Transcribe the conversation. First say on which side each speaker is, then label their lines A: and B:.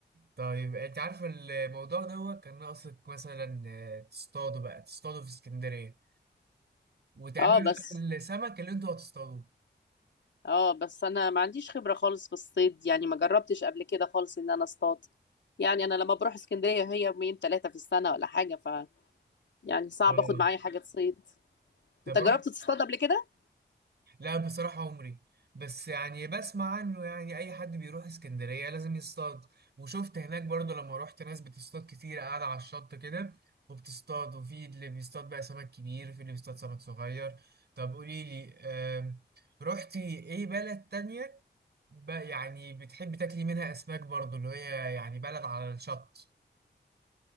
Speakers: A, on the right; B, on the left.
A: طيب انت عارفه الموضوع دوت كان ناقصك مثلا آه، تصطادوا بقى تصطادوا في اسكندرية وتعملوا
B: اه بس
A: بقى السمك اللي انتوا هتصطادوه
B: اه بس انا ما عنديش خبرة خالص في الصيد يعني ما جربتش قبل كده خالص ان انا اصطاد يعني انا لما بروح اسكندرية هي يومين ثلاثة في السنة ولا حاجة ف يعني صعب
A: اه
B: اخد معايا حاجة تصيد
A: طب
B: انت جربت
A: روح
B: تصطاد قبل كده
A: لا بصراحة عمري بس يعني بسمع عنه يعني اي حد بيروح اسكندرية لازم يصطاد وشفت هناك برضو لما روحت ناس بتصطاد كتير قاعدة على الشط كده وبتصطاد وفي اللي بيصطاد بقى سمك كبير وفي اللي بيصطاد سمك صغير طب قولي لي آم، رحتي ايه بلد تانية بقى يعني بتحبي تاكلي منها اسماك برضو اللي هي يعني بلد على الشط